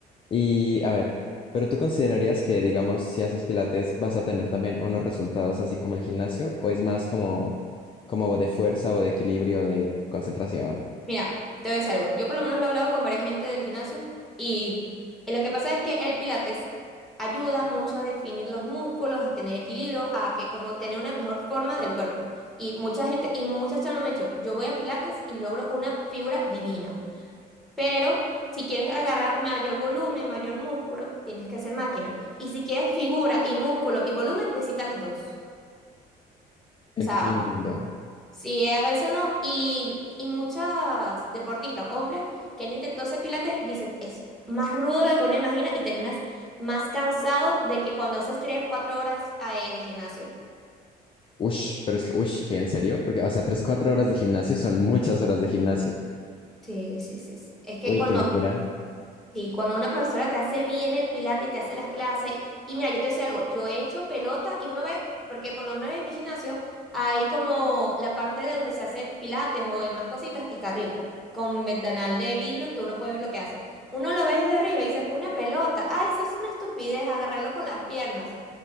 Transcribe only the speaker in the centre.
Mira, te voy a decir algo. Yo por lo menos lo he hablado con varias gente del gimnasio y lo que pasa es que el pilates ayuda mucho a definir los músculos, a tener equilibrio, a que como tener una mejor forma del cuerpo. Y mucha gente, y muchas chavas me han dicho, yo voy a pilates y logro una figura divina. Pero si quieres agarrar mayor volumen, mayor músculo, tienes que hacer máquina. Y si quieres figura y músculo y volumen, necesitas las dos. O
sea Sí, eh, a veces no. Y, y muchas deportistas, hombres, que han intentado hacer pilates, dicen, es más rudo de lo que uno imagina y terminas más cansado de que cuando haces tres, o cuatro horas eh, de gimnasio.
Sí, sí, sí, sí. Es que
cuando
Sí, cuando una profesora te hace bien el pilate y te hace las clases, y mira, yo te sé algo, yo he hecho pelota y uno ve, porque por lo menos en mi gimnasio hay como la parte de donde se hace pilates o demás cositas, está arriba, con ventanal de vidrio que uno puede ver lo que hacen. Uno lo ve desde arriba y dice, una pelota, ay, eso es una estupidez, agarrarlo con las piernas.